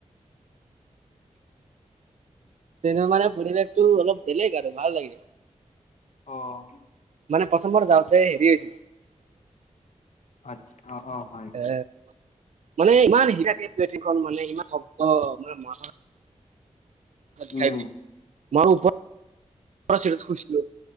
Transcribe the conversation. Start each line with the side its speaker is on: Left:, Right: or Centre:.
Right: ট্ৰেনত মানে পৰিৱেশটো, অলপ বেলেগ আৰু, ভাল লাগে।
Left: অ'।
Right: মানে প্ৰথমবাৰ যাওঁতে হেৰি হৈছিল।
Left: আচ্ছা অ', অ' হয়।
Right: এ, মানে ইমান হেৰি থাকে, পথিখন <unintelligible> মানে ইমান শব্দ, মানে
Left: উম
Right: খাই গৈছিলোঁ। <unintelligible> ময়ো ওপৰত শুইছিলোঁ,